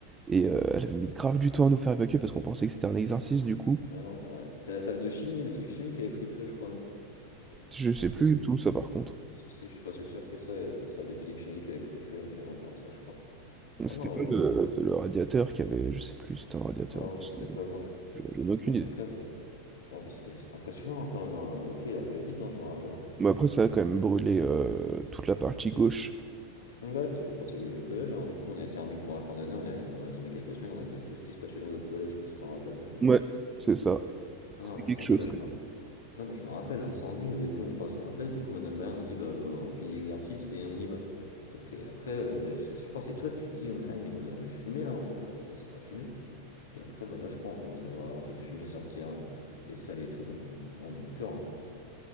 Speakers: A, on the right (about 15°); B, on the left (about 65°).
A: et euh, elle avait mis grave du temps à nous faire évacuer parce qu'on pensait que c'était un exercice, du coup.
B: Ah non, ah ouais. C'était la salle de chimie, de physique chimie qui avait pris feu, je crois, non?
A: Je sais plus
B: Si je dis...
A: du tout, ça, par contre.
B: Si, je suis presque sûr que c'est ça, euh, la salle de physique chimie qui avait pris feu, une connerie comme ça, je crois. Ah
A: C'était
B: non,
A: pas
B: et
A: le,
B: le-
A: le radiateur qui avait... Je sais plus, c'était un radiateur.
B: ah ouais,
A: Je
B: je sais pas, mais en tout,
A: je n'ai aucune
B: en tout
A: idée.
B: cas, bah... ah, mais c'était c'était impressionnant hein, quand même. hein. Le feu, il arrivait vite, hein, je me rappelle. hein.
A: Mais après, ça a quand même brûlé, heu, toute la partie gauche.
B: Ouais, ouais, toute la partie gauche du collège, hein. Du coup, on a été remis pour la fin d'année, on a... on a attendu quelques semaines, on était tous dispatchés dans d'autres collèges, je sais pas si tu t'en rappelles de ça.
A: Ouais, c'est ça.
B: Ah
A: C'était
B: non, l'incendie,
A: quelque chose
B: bah, je
A: quand
B: me...
A: même.
B: ah, bah, je me rappelle, l'incendie, au début on croit c'est un test, du coup Madame Brien nous dit bah euh, on finit l'exercice et on y va. Donc et après, euh, je je crois que c'est toi, tu dis euh, Madame, il y a une odeur de fumée là un peu, enfin ça sent la fumée. Et après, bah là je crois on commence à voir un peu de fumée sortir euh, des salles et tout, donc on... là on a eu peur, hein.